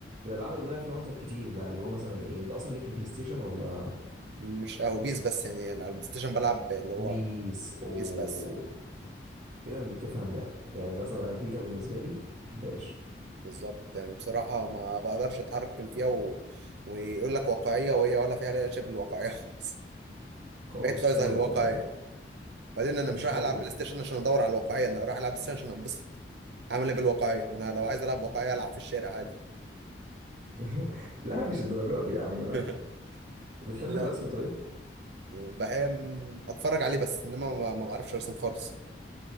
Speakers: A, on the right; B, on the right.
A: الالعاب اللي ضيع فيها وقتك كتير بقى اللي هو مثلا ايه انت اصلا ليك في بلاي ستيشن ولا
B: مش قوي بيس بس يعني يعني على البلاي ستيشن بلعب اللي هو
A: بيس او
B: بيس بس
A: كده انت بتفهم لعب يعني مثلا انا فيفا بالنسبه لي ما بحبهاش
B: بالظبط يعني بصراحه ما بقدرش اتحرك فيها و... ويقول لك واقعيه وهي ولا فيها شبه الواقعيه <laughs> خالص
A: خالص
B: بعيد خالص
A: ابدا
B: عن الواقعية
A: يعني
B: بعدين انا مش
A: مش
B: رايح
A: حاجه
B: العب
A: حلوه
B: بلاي ستيشن عشان ادور على الواقعية انا رايح العب بلاي ستيشن عشان انبسط عامل ايه بالواقعية ما انا لو عايز العب واقعية العب في الشارع عادي
A: <laughs> لا مش الدرجات دي يا عم لا
B: <laughs>
A: بتحب
B: لا
A: الرسم طيب
B: بحب اتفرج عليه بس انما ما, ما بعرفش ارسم خالص